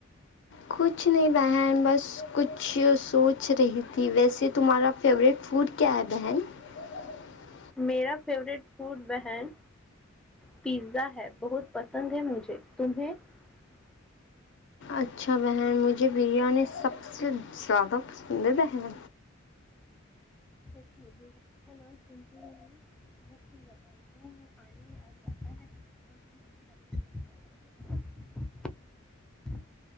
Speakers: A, on the left; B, in the centre.
A: کچھ نہیں بہن بس کچھ سوچ رہی تھی ویسے تمہارا فیوریٹ فوڈ کیا ہے بہن <unintelligible>
B: میرا فیورورٹ فوڈ وہن پیزا ہے بہت پسند ہے مجھے تمہیں <unintelligible>
A: اچھا بہن مجھے بریانی سب سے زیادہ پسند ہے بہن
B: سچ بییاں نام سنتے ہی منہ میں پانی آ جاتا ہے اور دھوپ بھی لگنے ہے